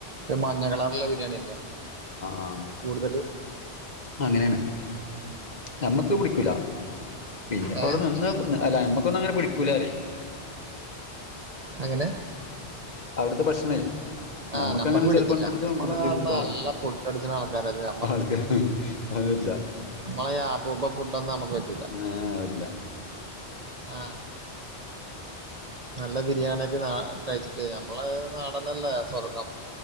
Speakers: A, on the right; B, on the left.
A: ഒരു മഞ്ഞ കളറുള്ള ബിരിയാണി അല്ലേ
B: ആ
A: കൂടുതല്.
B: അങ്ങനെയാണ് നമ്മക്ക് പിടിക്കൂല പിന്നെപ്പോ
A: ഏഹ്
B: അവിടെ നിന്ന് അല്ല നമ്മക്കൊന്ന അങ്ങനെ പിടിക്ക കുലറി
A: അങ്ങനെ
B: അവിടുത്തെ ഭക്ഷണേ.
A: ആഹ്
B: ഞമ്മക്ക
A: നമ്മക്ക്
B: അങ്ങനെ
A: പിടിക്കില്ല
B: ചെിലപ്പോ പിടിച്ച
A: നമ്മള്
B: പിടിച്ച
A: പറഞ്ഞ
B: കിട്ടോളാം
A: നല്ല ഫുഡ് അടിച്ച്ണ ആൾക്കാരല്ലേ
B: ആൾക്കാര്. അതില്ല
A: നമ്മള ഉപ ഫുഡ് ഒന്നും നമക്ക് പറ്റു
B: ആഹ പറ്റൂല.
A: ആഹ് നല്ല ബിരിയാണിയൊക്കെ കഴിച്ചിട്ട് നമ്മള നാടന്നല്ലേ സ്വർഗം.